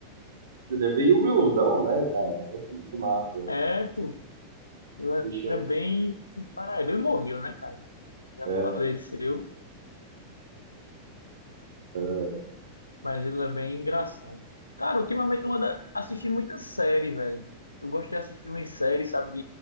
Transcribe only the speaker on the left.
É, pô. Ele
era bem. Paraíba. Ele morreu, né, cara? Já
faleceu.
Mas ele é bem engraçado. Cara, ultimamente eu ando assistindo muita série, velho. Eu gosto de assistir umas séries, sabe,